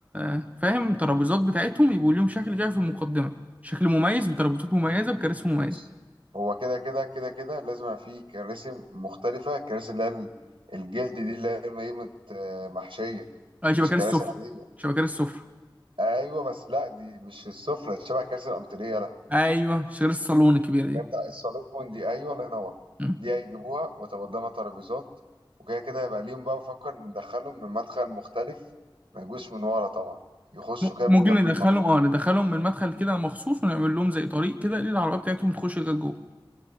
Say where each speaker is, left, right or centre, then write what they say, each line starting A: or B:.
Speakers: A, on the right; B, on the right.
A: آه، فاهم ترابيزات بتاعتهم يبقوا ليهم شكل كده في المقدمة شكل مميز بترابيزات مميزة بكراسي مميزة
B: بص هو كده كده كده كده لازم يبقى فيه كراسي مختلفه كراسي اللي هي ال- الجلد دي اللي هي قيمه محشيه
A: آه شبكات
B: مش كراسي
A: السفرة
B: عاديه
A: شبكات السفرة
B: ايوه بس لا دي مش السفره دي شبه كراسي الانتريه لا
A: أيوه شبكات الصالون الكبيرة دي
B: ده بتاع الصالون دي ايوه الله ينور
A: مم.
B: دي هيجيبوها وتبقى قدامها ترابيزات وكده كده هيبقى ليهم بقى بفكر ندخلهم من مدخل مختلف ما يجوش من ورا طبعا يخشوا
A: م-
B: كده
A: ممكن
B: من جنب
A: ندخلهم اه ندخلهم من المدخل كده مخصوص ونعمل لهم زي طريق كده للعربية بتاعتهم تخش لغاية جوه